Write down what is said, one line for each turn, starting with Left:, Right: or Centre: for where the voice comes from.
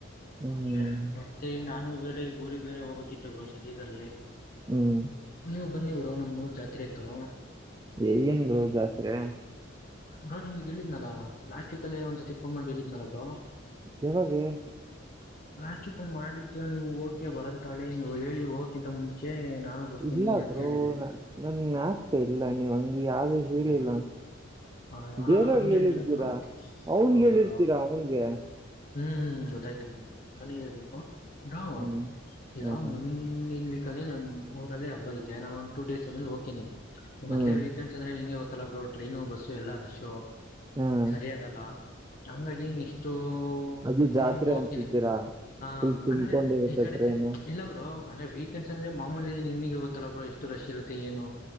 Right: ಹ್ಮ್
Left: ಅದೇ ಮತ್ತೆ ಈಗ ನಾನು. ಬೇರೆ ಈಗ್ ಊರಿಗ್ ಬೇರೆ ಹೋಬೇಕ್ಕಿತ್ತು ಬ್ರೊ ಸದ್ಯದಲ್ಲಿ.
Right: ಹ್ಮ್
Left: ನೀವು ಬನ್ನಿ ಬ್ರೊ ನಮ್ಮೂರ್ ಜಾತ್ರೆ ಇತ್ತು.
Right: ಏನ್ ಬ್ರೊ ಜಾತ್ರೆ.
Left: ಬ್ರೋ ನಿಮಗ್ ಹೇಳಿದ್ನಲ್ಲಾ ಲಾಸ್ಟ್ ವೀಕಲ್ಲೆ ಒಂದ್ ಸತಿ ಫೋನ್ ಮಾಡಿ ಹೇಳಿದ್ನಲ್ಲ ಬ್ರೋ.
Right: ಯವಾಗೆ.
Left: ಲಾಸ್ಟ ವೀಕಂಗ್ ಮಾಡಿದ್ದೆವು ನೀವು ಓಕೆ ಬರಂತಾಳೆ ನೀವು ಹೇಳಿ ಹೋಗಕಿಂತ ಮುಂಚೆ. ನಾನು ಬರ್ತೀನಿ
Right: ಇಲ್ಲಾ
Left: ಅಂತ
Right: ಬ್ರೊ
Left: ಹೇಳಿದ್ರಿ
Right: ನ ನನ್ ನ್ಯಾಪ್ ಇಲ್ಲ ನೀವ್ ಅಂಗಿ ಯಾವ್ದು ಹೇಳಿಲ್ಲ.
Left: ಹೌದಾ ಹೌದಾ
Right: ಬೇರೆಯವ್ರಿಗೆ
Left: ಹಂಗೇನಿಲ್ಲಮ್ಮ
Right: ಹೇಳಿರ್ತೀರಾ ಅವ್ನ್ಗ್
Left: ಹೌದಾ
Right: ಹೇಳಿರ್ತೀರಾ ಅವನ್ಗೆ.
Left: ಹ್ಮ್ ಗೊತ್ತಾಯ್ತ ಬ್ರೋ ನನಗೇಳ್ಬೇಕು. ನಾವ್
Right: ಹ್ಮ್ ಹ್ಮ್
Left: ಯಾವ ಮುಂದಿನ್. ಸರಿ ನಮ್ಮೂರಲ್ಲಿ ಹಬ್ಬ ಐತೆ ನಾನು ಒಂದು ಟೂ ಡೇಸ್ ಅದ್ಮೇಲೆ ಹೋಗ್ತೀನಿ.
Right: ಹ್ಮ್
Left: ಮೊದಲೇ ವೀಕೆಂಡ್ಸ್ಂದ್ರೆ ನೀನೆ ತ್ತಲ ಬ್ರೊ ಟ್ರೈನು ಬಸ್ಸು ಎಲ್ಲ ರಶ್ಶು.
Right: ಹ್ಮ್
Left: ಸರಿಯಾಗಲ್ಲ. ಹಂಗ ನೀನಿಷ್ಟು ಒ
Right: ಅದು
Left: ನಂಗ್
Right: ಜಾತ್ರೆ
Left: ಓಕೆನೆ
Right: ಅಂತಿದ್ದೀರಾ
Left: ಹ
Right: ಫುಲ್ ತುಂಬಿಕೊಂಡಿರುತ್ತೆ
Left: ಅಂದ್ರೆ ಈ ಕಡೆ
Right: ಟ್ರೈನು
Left: ಸೖ ಇಲ್ಲಾ ಬ್ರೊ. ಅಂದ್ರೆ ವೀಕೆಂಡ್ಸ್ ಅಂದ್ರೆ ಮಾಮೂಲಿ ನಿಮಿಗೆ ಗೊತ್ತಲ್ಲ ಬ್ರೊ ಎಷ್ಟು ರಶ್ ಇರುತ್ತೆ ಏನು.